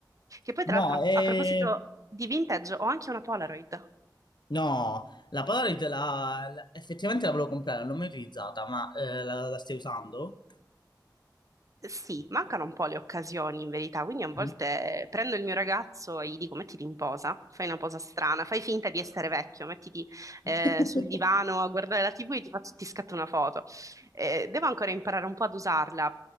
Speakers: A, on the right; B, on the left.
A: Che poi,
B: No,
A: tra l'altro, a,
B: eh,
A: a proposito di vintage, ho anche una Polaroid.
B: no, la Polaroid la- la- effettivamente la volevo comprare, non l'ho mai utilizzata, ma eh, la, la stai usando?
A: Sì, mancano un po' le occasioni in verità, quindi a volte
B: Mm.
A: prendo il mio ragazzo e gli dico mettiti in posa, fai una posa strana, fai finta di essere vecchio, mettiti eh,
B: <laughs>
A: sul divano a guardare la TV e ti faccio- ti scatto una foto. Eh, devo ancora imparare un po' ad usarla.